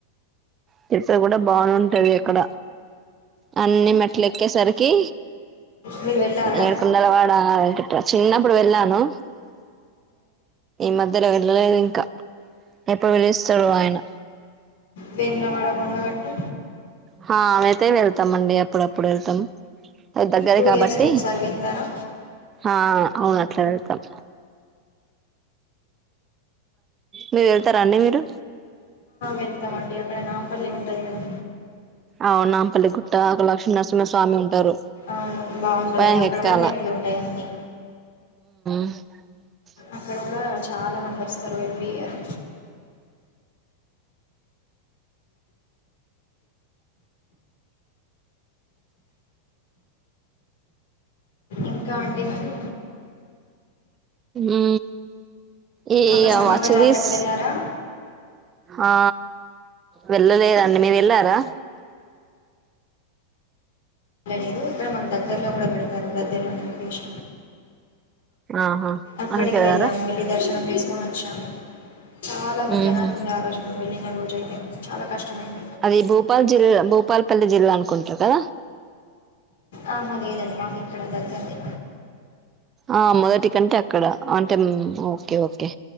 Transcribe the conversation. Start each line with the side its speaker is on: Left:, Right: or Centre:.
Right: తిరుపతి కూడా బానే ఉంటంది అక్కడ. అన్ని మెట్లు ఎక్కేసరికి
Left: మీరు వెళ్ళారా
Right: ఏడుకొండల వాడ చిన్నప్పుడు వెళ్ళాను. ఈ మధ్యలో వెళ్ళలేదు ఇంకా. ఎప్పుడు వెళ్ళనిస్తాడో ఆయన
Left: వేములవాడ, కొండగట్టు.
Right: హ అవయితే వెళ్తామండి. అప్పుడప్పుడు వెళ్తాం. అది దగ్గర
Left: టూ
Right: కాబట్టి.
Left: ఇయర్స్కి ఒకసారి వెళ్తారా
Right: ఆ అవునట్లా వెళ్తాం. మీ వెళ్తారా అండిరాండి మీరు.
Left: వెళ్తామండి అక్కడ నాంపల్లి ఉంటుంది కదా
Right: అవు నాంపల్లి గుట్ట అక్కడ లక్ష్మీనరసింహ స్వామి ఉంటారు.
Left: అవును బాగుంటుంది
Right: పైకి
Left: అది అక్కడ
Right: ఎక్కాలి.
Left: కూడా మెట్లు ఉంటాయి అన్నీ
Right: <inaudible>
Left: అక్కడ కూడా చాలా మంది వస్తారు. ఎవ్రి ఇయర్ ఇంకా అండి. మరి
Right: ఉ ఏ
Left: మొన్న
Right: అ
Left: సమ్మక్క
Right: వచ్చ
Left: జాతరకు
Right: తీస్
Left: వెళ్ళారా
Right: ఆ వెళ్ళలేదండి. మీరు వెళ్ళారా?
Left: వెళ్లలేదు. ఇక్కడ మాకు దగ్గర్లో కూడా వెళతారు. గద్దెలు అని రూపేష్
Right: ఆహా
Left: అక్కడకి
Right: అక్కడికి వెళ్ళారా
Left: వెళ్ళాము వెల్లి దర్ దర్శనం చేసుకొని వచ్చాము చాలా మంది
Right: మ్మ్
Left: జనాలుండే ఆ రోజు మేమ్ వెళ్లిన రో అ చాలా కష్టమైంది
Right: అది భూపల్ జిల్లా భూపాలపెల్లి జిల్లా అనుకుంటా కదా
Left: ఆహా లేదండి మాకు ఇక్కడ దగ్గర్నె
Right: ఆ మొదటికంటే అక్కడ అంటే ముం ఓకే ఓకే